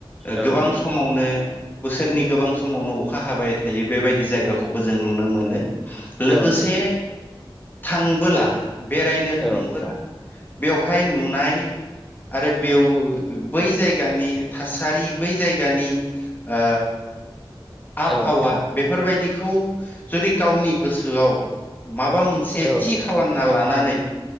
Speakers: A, in the centre; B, on the left.
A: औ
B: गोबां
A: नोंथां
B: समावनो बोसोरनि गोबां समावनो अखा हाबाय थायो बेबायदि जायगाखौबो जों नुनो मोनो। लोगोसे
A: औ नोंथां
B: थांबोला बेरायनो
A: औ
B: थांबोला
A: नोंथां
B: बेवहाय नुनाय आरो बेव बै जायगानि थासारि बै जायगानि ओ आबहावा
A: औ नोंथां
B: बेफोरबायदिखौ जुदि गावनि गोसोआव माबा मोनसे
A: औ
B: थि
A: नोंथां
B: खालामना लानानै